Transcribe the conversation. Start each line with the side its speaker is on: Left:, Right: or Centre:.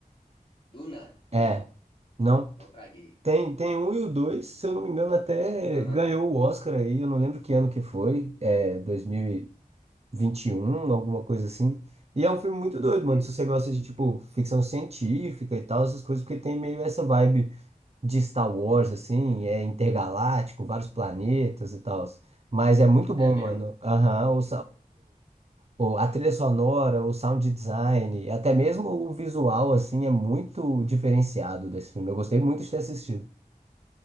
Left: Duna?
Right: É.
Left: Não. Não
Right: Não.
Left: Então, fraguei.
Right: Tem, tem um e o dois, se eu não me engano, até
Left: Aham.
Right: ganhou o Oscar aí, eu não lembro que ano que foi, é dois mil e e vinte e um alguma coisa assim. E é um filme muito doido, mano.
Left: Hum.
Right: Se você gosta de, tipo, ficção científica e tal, essas coisas, porque tem meio essa vibe de Star Wars, assim, é intergaláctico, vários planetas e tal. Mas é muito bom,
Left: É mesmo?
Right: mano. Aham, o, o- a trilha sonora, o sound design, até mesmo o visual, assim, é muito diferenciado desse filme. Eu gostei muito de ter assistido.